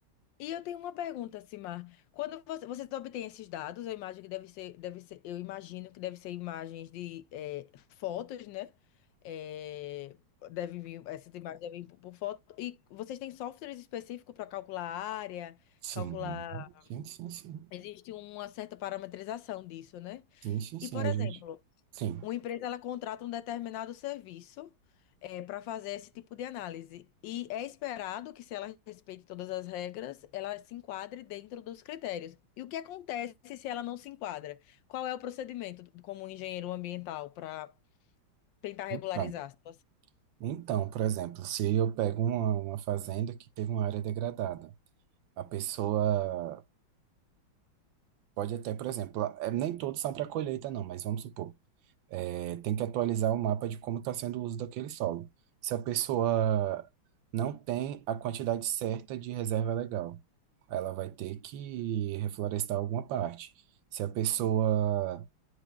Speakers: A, on the left; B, on the right.
A: E eu tenho uma pergunta, Simar. Quando você, vocês obtêm esses dados, eu imagino que deve ser, deve ser, eu imagino que deve ser imagens de eh, fotos, né? Eh, deve vir, essas imagens devem vir por, por foto. E vocês têm softwares específicos para calcular a área,
B: Sim,
A: calcular.
B: sim, sim, sim.
A: Existe uma certa parametrização disso, né?
B: Sim, sim, sim,
A: E, por
B: a
A: exemplo,
B: gente. Sim.
A: Uma empresa ela contrata um determinado serviço para fazer esse tipo de análise. E é esperado que, se ela respeite todas as regras, ela se enquadre dentro dos critérios. E o que acontece se ela não se enquadra? Qual é o procedimento como um engenheiro ambiental para tentar regularizar
B: Então,
A: a situação?
B: então, por exemplo, se eu pego uma, uma fazenda que teve uma área degradada, a pessoa pode até, por exemplo, é, nem todos são para colheita, não, mas vamos supor, é, tem que atualizar o mapa de como está sendo o uso daquele solo. Se a pessoa não tem a quantidade certa de reserva legal, ela vai ter que reflorestar alguma parte. Se a pessoa